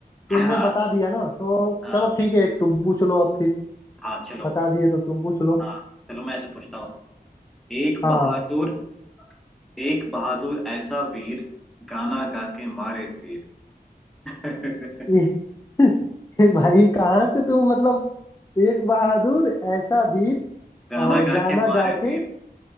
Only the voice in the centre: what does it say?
<clears throat>
हाँ
हाँ
हाँ, चलो
हाँ चलो मैं ऐसे पूछता हूँ एक
बहादुर एक बहादुर ऐसा वीर गाना गा के मारे तीर <laughs>
गाना
गा
के मारे
तीर